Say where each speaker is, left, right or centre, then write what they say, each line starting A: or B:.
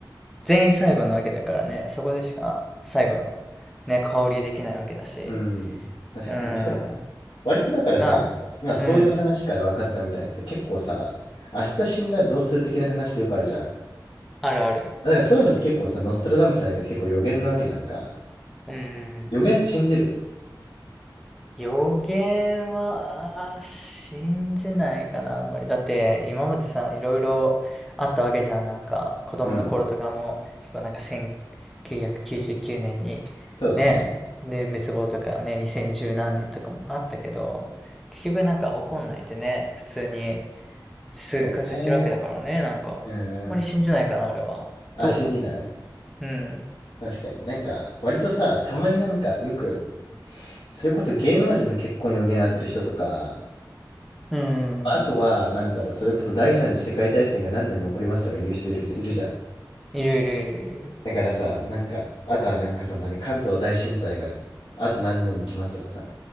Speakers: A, in the centre; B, on the left.
A: 全員最後なわけだからね、そこでしか最後のね、香りできないわけだし。
B: うん確かに面白いね。
A: うーん、
B: 割とだからさ、
A: まあ、
B: 今そういう話から分かったみたいにさ、
A: うん、
B: 結構さ、明日死んだらどうする的な話ってよくあるじゃん。
A: あるある。
B: だからそういうのって結構さ、ノストラダムスじゃないけど結構予言なわけじゃんか。
A: うんうんうんうん。
B: 予言って信じる
A: 予言は信じないかな、あんまり。だって今までさ、いろいろあったわけじゃん。なんか子供の頃とかも結構なんか1999年に
B: うん。そうだね。
A: ねえ、で滅亡とかね、2010何年とかもあったけど、結局なんか起こんないでね、普通に生活してるわけだからね、
B: そうね。
A: なんかあんまり信じないかな、
B: うん。
A: 俺は。
B: あ、
A: ど
B: 信じない
A: ううん。
B: 確かに。なんか、割とさ、たまになんかよく、それこそ芸能人の結婚予言当てる人とか、
A: うんうんうんうん。
B: まあとは、なんだろう、それこそ第三次世界大戦が何年に起こりますとか言う人いる、いるじゃん。
A: いるいるいるいるいる。
B: だからさ、なんか、あとはなんかその何、関東大震災があと何年に来ますとかさ、